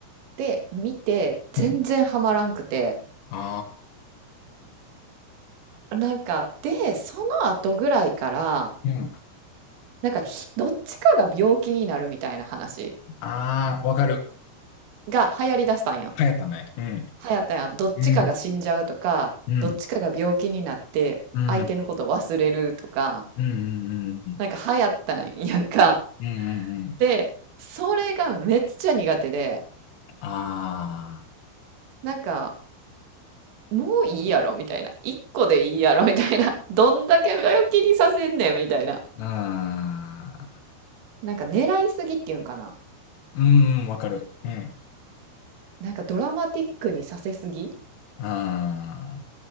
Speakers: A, on the right (about 80°); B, on the left (about 80°).
A: で、見て、全然ハマらんくて、
B: うんあ
A: なんか、で、その後ぐらいから、
B: あー、うん。
A: なんかひ、どっちかが病気になるみたいな話
B: ああ、わかる。
A: が流行りだしたんよ。
B: 流行ったね。うん。
A: 流行ったやん。どっちかが死んじゃうとか、
B: うん、うん、
A: どっちかが病気になって、
B: うん、
A: 相手のこと忘れるとか、
B: うん、うん、うん、う
A: なんか流行ったんやんか。
B: ん、うん、うん。
A: で、それがめっちゃ苦手で、
B: あ
A: なんか、もういいやろみたいな。一個でいいやろみたいな。<laughs> どんだけ病気にさせんねんみたいな。
B: あ、ああ、
A: なんか狙いすぎっていうんかな。
B: うん、うん、わかる。うん、
A: なんかドラマティックにさせすぎ
B: ああ、